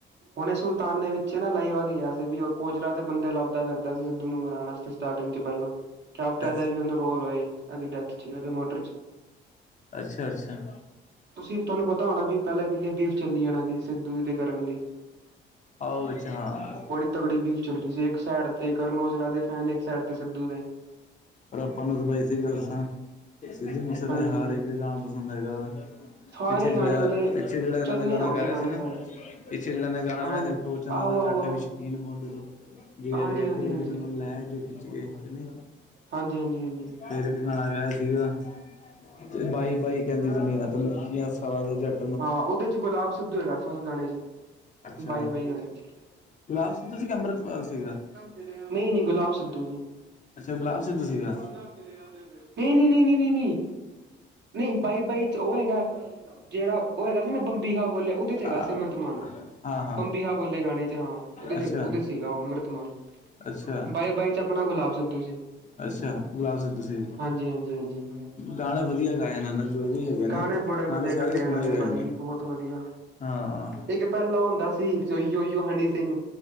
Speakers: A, on the right (about 60°); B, on the left (about 40°).
A: ਹੋਣੇ ਸੁਲਤਾਨ ਨੇ ਵਿੱਚੇ ਨਾ ਲਾਈਵ ਆ ਕੇ ਕੇਆ ਸੀ ਬਈ ਏ ਕੋਜਲਾ ਤੇ ਬੰਦੇ ਲੱਭ ਕਰਦਾ ਸੀ ਸਿੱਧੂ ਨੂੰ ਹਰਾਣਾ ਸਟਾਰਟਿੰਗ ਚ ਪਹਿਲਾਂ, ਕਿਆ ਪਤਾ
B: ਅੱ
A: ਵੀ ਉਹਨੂੰ ਰੋਲ ਹੋਏ। ਐਦ ਡੈਥ ਚ ਇਹਦੇ ਮੋਡਰ ਚ।
B: ਅੱਛਾ, - ਅੱਛਾ।
A: ਤੁਸੀਂ ਤੁਹਾਨੂੰ ਪਤਾ ਹੋਣਾ ਪੈਲਾਂ ਕਿੰਨੇ ਬੀਫ਼ ਚੱਲੀ ਜਾਣਾ ਸਿੱਧ ਵੀ ਤੇ ਕਰਨਗੇ।
B: ਆਓ ਵਿੱਚ ਹਾਂ
A: ਬੜੀ ਤਕੜੀ ਬੀਫ ਚੱਲੀ ਸੀ। ਸੈਡ ਤੇ ਕਰਨ ਔਜਲਾ ਦੇ ਫੈਨ, ਇੱਕ ਸੈਡ ਤੇ ਸਿੱਧੂ ਦੇ।
B: ਪਰ ਆਪਾਂ ਨੂੰ ਤਾਂ ਬਈ ਸੀ ਗੱਲ ਸਾਂ ਸਿੱਧੂ ਮੂਸੇ
A: ਹਾਂਜੀ
B: ਦਾ ਹਰ
A: ਹਾਂਜੀ।
B: ਇੱਕ ਗਾਣਾ ਪਸੰਦ ਹੈਗਾ ਵਾ।
A: ਸਾਰੇ
B: ਪਿੱਛੇ ਜੇੜਾ
A: ਗਾਣੇ ਉਹਦੇ
B: ਅ ਪਿੱਛੇ ਜੇੜਾ ਏਨਾਂ
A: ਚੱਲੇ
B: ਨੇ ਗਾਣਾ
A: ਆ ਉਹਦੇ
B: ਗਾਇਆ
A: ਗਾਣੇ
B: ਸੀ ਨਾ,
A: ਸਾਰੇ
B: ਪਿੱਛੇ ਜੇੜਾ ਐਨੇ ਗਾਣਾ
A: ਹਾਂ
B: ਤੇ ਟੋਚਨਾ
A: ਆਹੋ
B: ਦਾ
A: ਆਹੋ
B: ਜੱਟ
A: ਆਹੋ
B: ਵੀ ਸ਼ੌਕੀਨ ਮੋਢੇ ਤੋਂ। ਜੇ
A: ਹਾਂਜੀ
B: ਰਿਹਾ
A: ਹਾਂਜੀ
B: ਕਿਆ
A: ਹਾਂਜੀ।
B: ਤੈਨੂੰ ਲੈ ਚ ਖਿੱਚ ਕੇ, ਕੇ ਨਹੀਂ।
A: ਹਾਂਜੀ ਹਾਂਜੀ ਹਾਂਜੀ
B: ਫਿਰ ਤੇਰੇ ਬਿਨਾ ਹੈਗਾ ਸੀਗਾ ਤੇ ਬਾਈ-ਬਾਈ ਕੈੰਦੀ ਦੁਨੀਆਂ ਤੈਨੂੰ ਸਾਰਾ ਦਿਨ ਦਿਹਾੜੀ
A: ਹਾਂ ਉਹਦੇ 'ਚ ਗੁਲਾਬ ਸਿੱਧੂ ਹੈਗਾ ਸੀ ਉਸ ਗਾਣੇ ਚ।
B: ਆਹੋ,
A: ਬਾਈ ਬਾਈ ਗਾਣੇ ਚ।
B: ਗੁਲਾਬ ਸਿੱਧੂ ਸੀਗਾ, ਅੰਮ੍ਰਿਤਪਾਲ ਸੀਗਾ?
A: ਲਿਆਣੀ ਨਹੀਂ ਗੁਲਾਬ ਸਿੱਧੂ ਦੀ।
B: ਅੱਛਾ ਗੁਲਾਬ ਸਿੱਧੂ ਸੀਗਾ
A: ਨਹੀਂ-ਨਹੀਂ-ਨਹੀਂ-ਨਹੀਂ-ਨਹੀਂ। ਨਹੀਂ ਬਾਈ, ਬਾਈ ਚ ਉਹ ਹੈਗਾ ਜਿਹੜਾ ਉਹ ਹੈਗਾ ਸੀ ਨਾ ਬੰਬੀਹਾ ਬੋਲੇ ਉਹਦੇ ਚ ਹੈਗਾ
B: ਹਾਂ
A: ਸੀ ਅੰਮ੍ਰਿਤਮਾਨ
B: ਹਾਂ ਹਾਂ,
A: ਬੰਬੀਹਾ ਬੋਲੇ ਗਾਣੇ ਚ ਹਾਂ ਉਹਦੇ ਚ
B: ਅੱਛਾ
A: ਉਹਦੇ ਚ ਸੀਗਾ ਉਹ ਅੰਮ੍ਰਿਤਮਾਨ।
B: ਅੱਛਾ
A: ਬਾਈ-ਬਾਈ ਚ ਅਪਣਾ ਗੁਲਾਬ ਸਿੱਧੂ ਸੀ।
B: ਅੱਛਾ ਗੁਲਾਬ ਸਿੱਧੂ ਸੀ
A: ਹਾਂਜੀ ਹਾਂਜੀ ਹਾਂਜੀ
B: ਗਾਣੇ ਵਧੀਆ ਗਾਏ ਨੇ ਜੋ ਵੀ ਹੈਗੇ
A: ਗਾਣੇ
B: ਨੇ--ਗਾਣੇ
A: ਬੜੇ ਵਧੀਆ ਕੱਢੇ
B: ਸਾਰੇ
A: ਇਹਨਾਂ
B: ਸੁਣੇ ਗਏ
A: ਭਾਜੀ
B: ਨੇ
A: ਬਹੁਤ ਵਧੀਆ
B: ਹਾਂ
A: ਇੱਕ ਪੈਲਾ ਹੁੰਦਾ ਸੀ ਸਈ ਯੋ-ਯੋ-ਹਨੀ ਸਿੰਘ।